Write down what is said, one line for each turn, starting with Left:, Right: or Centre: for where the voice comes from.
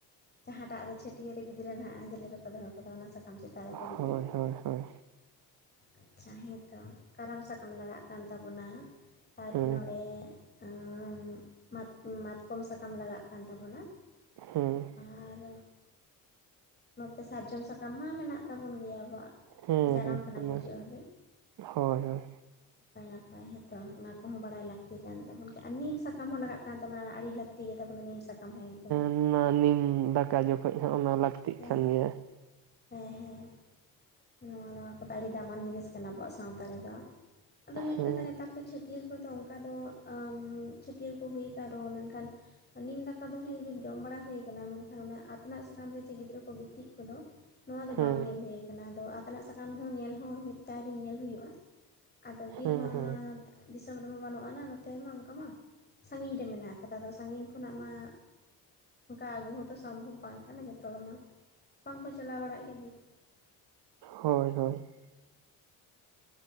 Left: ᱡᱟᱦᱟᱸᱴᱟᱜ ᱨᱮ ᱪᱷᱟᱹᱴᱭᱟᱹᱨᱮ ᱜᱤᱫᱽᱨᱟᱹ ᱱᱟᱜ ᱟᱸᱡᱞᱮ ᱨᱮᱠᱚ ᱫᱚᱦᱚ ᱠᱟᱫᱟ ᱚᱱᱟ ᱥᱟᱠᱟᱢ ᱪᱮᱛᱟᱱ ᱨᱮᱠᱚ
Right: ᱦᱳᱭ
Left: ᱜᱤᱛᱤᱡ
Right: ᱦᱳᱭ ᱦᱳᱭ
Left: ᱟᱪᱪᱷᱟ ᱦᱮᱸᱛᱚ ᱠᱟᱨᱟᱢ ᱥᱟᱠᱟᱢ ᱞᱟᱜᱟᱜ ᱠᱟᱱ ᱛᱟᱵᱚᱱᱟ ᱾ ᱛᱟᱨᱯᱚᱨᱮ
Right: ᱦᱮᱸ
Left: ᱱᱚᱲᱮ ᱮᱸᱻ ᱢᱟᱛ-ᱢᱟᱛᱠᱚᱢ ᱥᱟᱠᱟᱢ ᱞᱟᱜᱟᱜ ᱠᱟᱱ ᱛᱟᱵᱚᱱᱟ ᱾
Right: ᱦᱮᱸ ᱾
Left: ᱟᱨ ᱱᱚᱛᱮ ᱥᱟᱨᱡᱚᱢ ᱥᱟᱠᱟᱢ ᱢᱟ ᱢᱮᱱᱟᱜ ᱛᱟᱵᱚᱱ ᱜᱮᱭᱟ ᱟᱵᱚᱣᱟᱜ ᱾
Right: ᱦᱮᱸ
Left: ᱡᱟᱱᱟᱢ
Right: ᱦᱮᱸ
Left: ᱠᱷᱚᱱᱟᱜ
Right: ᱚᱱᱟ
Left: ᱜᱩᱡᱩᱜ ᱦᱟᱹᱵᱤᱡ ᱾
Right: ᱦᱳᱭ ᱦᱳᱭ
Left: ᱱᱟᱯᱟᱭ ᱱᱟᱯᱟᱭ ᱦᱮᱛᱚ ᱚᱱᱟ ᱠᱚᱦᱚᱸ ᱵᱟᱲᱟᱭ ᱞᱟᱹᱠᱛᱤ ᱠᱟᱱ ᱛᱟᱵᱚᱱ ᱜᱮ, ᱟᱨ ᱱᱤᱢ ᱥᱟᱠᱟᱢ ᱦᱚᱸ ᱞᱟᱜᱟᱜ ᱠᱟᱱ ᱛᱟᱵᱚᱱᱟ ᱟᱹᱲᱤ ᱞᱟᱠᱛᱤ ᱜᱮ ᱛᱟᱵᱚᱱᱟ ᱱᱤᱢ ᱥᱟᱠᱟᱢ ᱦᱮᱸ ᱮᱱᱛᱮ ᱾
Right: ᱦᱩᱸ ᱚᱱᱟ ᱱᱤᱢ ᱫᱟᱠᱟ ᱡᱚᱠᱷᱚᱡ ᱦᱚᱸ ᱚᱱᱟ ᱞᱟᱹᱠᱛᱤᱜ
Left: ᱦᱮᱸ
Right: ᱠᱟᱱ ᱜᱮᱭᱟ ᱾
Left: ᱦᱮᱸ ᱦᱮᱸ ᱾ ᱱᱚᱣᱟ ᱱᱚᱣᱟ ᱠᱚᱫᱚ ᱟᱹᱲᱤ ᱫᱟᱢᱟᱱ ᱡᱤᱱᱤᱥ ᱠᱟᱱᱟ ᱟᱵᱚᱣᱟᱜ ᱥᱟᱶᱛᱟ ᱨᱮᱫᱚ, ᱟᱫᱚ ᱢᱮᱱ
Right: ᱦᱮᱸ
Left: ᱠᱟᱛᱮ ᱱᱮᱛᱟᱨ ᱫᱚ ᱪᱷᱟᱹ ᱴᱤᱭᱟᱹᱨ ᱠᱚᱫᱚ ᱚᱝᱠᱟ ᱫᱚ ᱟᱸ ᱪᱷᱟᱹᱴᱭᱟᱹᱨ ᱠᱚ ᱦᱩᱭ ᱟᱠᱟᱱ ᱨᱮᱦᱚᱸ ᱢᱮᱱᱠᱷᱟᱱ ᱱᱤᱢ ᱫᱟᱠᱟ ᱫᱚ ᱦᱮᱸ ᱡᱚ ᱡᱚᱢ ᱵᱟᱲᱟ ᱦᱩᱭ ᱠᱟᱱᱟ ᱢᱮᱱᱠᱷᱟᱱ ᱚᱱᱟ ᱟᱛᱱᱟᱜ ᱥᱟᱠᱟᱢ ᱨᱮ ᱡᱮ ᱜᱤᱫᱽᱨᱟᱹ ᱠᱚ ᱜᱤᱛᱤᱡ ᱠᱚᱫᱚ ᱱᱚᱣᱟ ᱫᱚ
Right: ᱦᱮᱸ
Left: ᱵᱟᱝ ᱧᱮᱞ ᱦᱩᱭ ᱠᱟᱱᱟ ᱟᱫᱚ ᱟᱛᱮᱱᱟᱜ ᱥᱟᱠᱟᱢ ᱦᱚᱸ ᱧᱮᱞ ᱦᱚᱸ ᱢᱤᱫᱛᱮ ᱟᱹᱣᱨᱤ ᱧᱮᱞ ᱦᱩᱭᱩᱜᱼᱟ ᱾ ᱟᱫᱚ ᱵᱤᱨᱢᱟ
Right: ᱦᱮᱸ ᱦᱮᱸ
Left: ᱚᱱᱟ ᱫᱤᱥᱚᱢ ᱨᱮᱢᱟ ᱵᱟᱹᱱᱩᱜᱼᱟᱱᱟ ᱱᱚᱛᱮ ᱨᱮᱢᱟ ᱚᱱᱠᱟ ᱢᱟ, ᱥᱟᱺᱜᱤᱧ ᱨᱮ ᱢᱮᱱᱟᱜ ᱠᱟᱫᱟ ᱟᱫᱚ ᱥᱟᱺᱜᱤᱧ ᱠᱷᱚᱱᱟᱜ ᱢᱟ ᱚᱱᱠᱟ ᱟᱹᱜᱩ ᱦᱚᱸᱛᱚ ᱥᱚᱢᱵᱷᱚᱵ ᱵᱟᱝ ᱠᱟᱱᱟ ᱡᱚᱛᱚ ᱦᱚᱲ ᱢᱟ ᱵᱟᱝᱠᱚ ᱪᱟᱞᱟᱣ ᱵᱟᱲᱟᱜ ᱜᱮᱭᱟ ᱵᱤᱨ ᱠᱚ ᱾
Right: ᱦᱳᱭ ᱦᱳᱭ ᱾